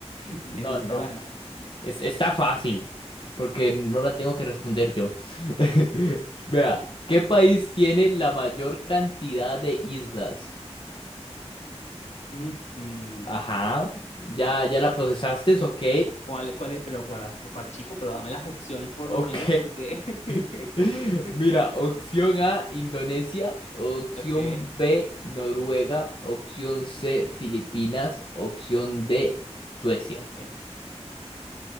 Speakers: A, on the left; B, on the left.
A: necesito
B: No, no.
A: ganar.
B: Es, está fácil, porque no la tengo que responder yo. <laughs> Vea, ¿qué país tiene la mayor cantidad de islas?
A: Ujú.
B: Ajá, ya, ya la procesaste, ok.
A: ¿Cuál, cuál es? Pero cuál, cuál chico, pero dame las opciones por
B: Ok.
A: lo menos porque... <laughs>
B: <laughs> Mira, opción A, Indonesia, opción
A: Ok,
B: B, Noruega, opción C, Filipinas, opción D, Suecia.
A: ok.